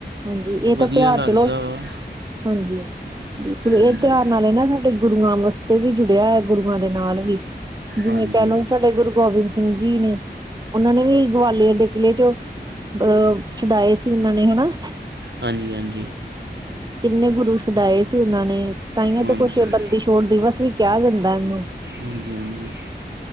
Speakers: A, on the right; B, on the right.
A: ਹਾਂਜੀ ਇਹ
B: ਵਧੀਆ
A: ਤਾਂ ਤਿਉਹਾਰ
B: ਲੱਗਦਾ
A: ਚਲੋ
B: ਵਾ
A: ਹਾਂਜੀ ਬਿਲਕੁਲ
B: ਹਾਂਜੀ
A: ਇਹ ਤਿਉਹਾਰ ਨਾਲ ਹੀ ਨਾ ਸਾਡੇ ਗੁਰੂਆਂ ਵਾਸਤੇ ਵੀ ਜੁੜਿਆ ਹੋਇਆ ਗੁਰੂਆਂ ਦੇ ਨਾਲ ਵੀ ਜਿਵੇਂ
B: ਹਾਂਜੀ
A: ਕਹਿ ਲਓ
B: ਹਾਂਜੀ
A: ਸਾਡੇ ਗੁਰੂ ਗੋਬਿੰਦ ਸਿੰਘ ਜੀ ਨੇ ਉਹਨਾਂ ਨੇ ਵੀ ਗਵਾਲੀਅਰ ਦੇ ਕਿਲ੍ਹੇ ਚੋਂ ਅ ਛਡਾਏ ਸੀ ਇਹਨਾਂ ਨੇ ਹੈਨਾ
B: ਹਾਂਜੀ ਹਾਂਜੀ
A: ਕਿੰਨੇ ਗੁਰੂ ਛੁਡਾਏ ਸੀ ਉਹਨਾਂ ਨੇ ਤਾਂਹੀਆਂ
B: ਹਾਂਜੀ
A: ਤੇ ਕੁਛ ਬੰਦੀ ਛੋੜ ਦਿਵਸ ਵੀ ਕਿਹਾ ਜਾਂਦਾ ਇਹਨੂੰ
B: ਹਾਂਜੀ ਹਾਂਜੀ